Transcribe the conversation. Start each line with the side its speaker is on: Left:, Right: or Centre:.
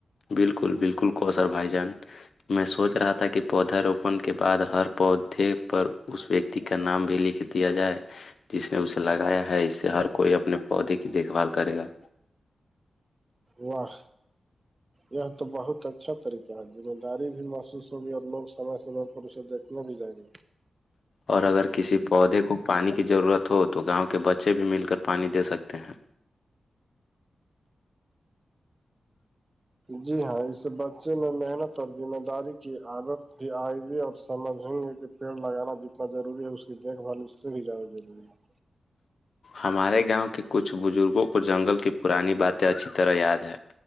Left: بالکل بالکل کوثر بھائی جان میں سوچ رہا تھا کہ پودا روپن کے بعد ہر پودے پر اس کا نام بھی لکھ دیا جائے جس نے اسے لگایا ہے اس سے ہر کوئی اپنے پودے کی دیکھ بھال کرے گا
Right: واہ یہ تو بہت اچھا طریقہ ہےا جذمہ داری بھی محسوس ہوگی ہے اور لوگ سم سمے پر اسے اتنا بھی جاہی ہے
Left: اور اگر کسی پودے کو پانی کی ضرورت ہو تو گاؤں کے بچے بھی مل کر پانی دے سکتے ہیں
Right: جی ہاں اس سے بچے میں محنت اور ذمہ داری کی عادت بھی آئے گئی اور سمجھ گے پیڑ لگانا جتنا ضروری ہے اس کی دیکھ بھال اس سے بھی زیادہ ضروری ہے
Left: ہمارے گاؤں کے کچھ بزرگوں کو جنگل کی پرانی باتیں اچھی طرح یاد ہے